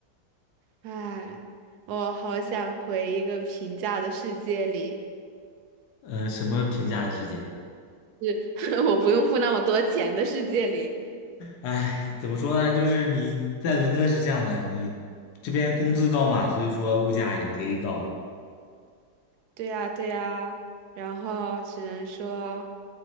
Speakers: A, on the right (about 75°); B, on the left (about 75°).
A: 哎，我好想回一个平价的世界里，
B: <laughs> 呃，什么评价的世界？
A: <laughs> 我不用付那么多钱的世界里。
B: 哎，怎么说呢？就是你在伦敦是这样的，你这边工资高嘛，所以说物价也贼高，
A: 对呀，对呀，然后只能说，